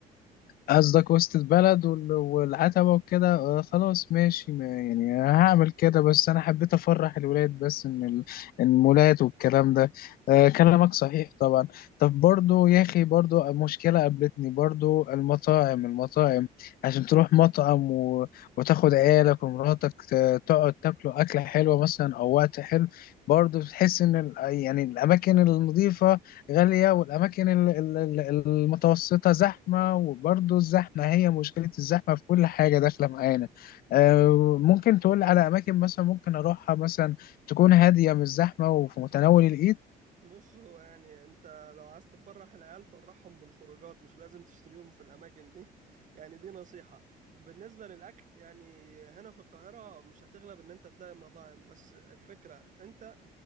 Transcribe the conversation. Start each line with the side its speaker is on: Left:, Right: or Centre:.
Left: قصدك وسط البلد وال- والعتبة وكده آه، خلاص ماشي ما يعني هعمل كده بس أنا حبيت أفرح الولاد بس إن ال- المولات والكلام ده آه، كلامك صحيح طبعا طب برضو يا أخي برضو مشكلة قابلتني برضو المطاعم المطاعم عشان تروح مطعم و... وتاخد عيالك ومراتك ت- تقعد تاكلوا أكلة حلوة مثلا أو وقت حلو برضو بتحس إن ال... يعني الأماكن النظيفة غالية والأماكن ال- ال- ال- المتوسطة زحمة وبرضه الزحمة هي مشكلة الزحمة في كل حاجة داخلة معانا آه، ممكن تقول على أماكن مثلا ممكن أروحها مثلا تكون هادية مش زحمة وفي متناول الإيد
Right: بص هو يعني انت لو عايز تفرح العيال فرحهم بالخروجات مش لازم تشتريهم في الاماكن دي <laughs> يعني دي نصيحه بالنسبه للاكل يعني هنا في القاهره مش هتغلب ان انت تلاقي مطاعم بس الفكره انت